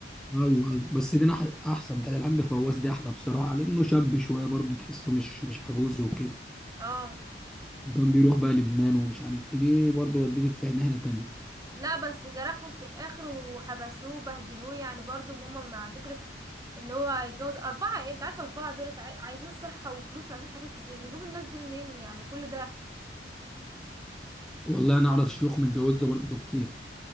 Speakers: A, in the centre; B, on the right.
A: ايوه ايوه بس دي أنا أح- احسن بتاعت الحاج فواز دي احلى بصراحه لانه شاب شويه برضه تحسه مش مش عجوز وكده
B: اه
A: وكان بيروح بقى لبنان ومش عارف ايه دي برضه ودتك في ناحية تانية
B: لا بس جرحهم في الآخر وحبسوه بهدلوه يعني برضو هما مع فكرة ان هو هيتجوز أربعة ايه انت عارفة أربعة دولت عاي... عايزين صحة وفلوس وعايزين حاجات كتير بيجيبوا الناس دي منين يعني كل ده
A: والله انا اعرف شيوخ متجوزة برضه كتير